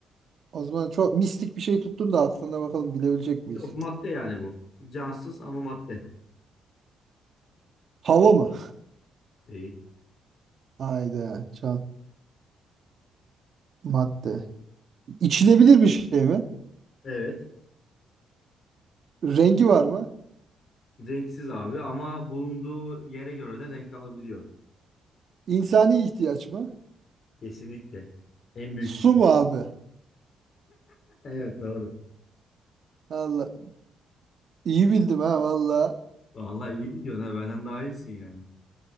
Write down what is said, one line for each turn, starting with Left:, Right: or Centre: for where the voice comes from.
Right: O zaman çok mistik bir şey tuttun da aklına bakalım bilebilecek miyiz?
Left: Yok madde yani bu. Cansız ama madde.
Right: Hava mı?
Left: Değil.
Right: Hayda can madde. İçilebilir bir şey mi?
Left: Evet.
Right: Rengi var mı?
Left: Renksiz abi ama bulunduğu yere göre de renk alabiliyor.
Right: İnsani ihtiyaç mı?
Left: Kesinlikle. En büyük
Right: Su
Left: ihtiyaç.
Right: mu abi?
Left: <laughs> Evet doğru.
Right: Allah iyi bildim ha valla.
Left: Vallahi iyi gidiyorsun ha. Benden daha iyisin yani.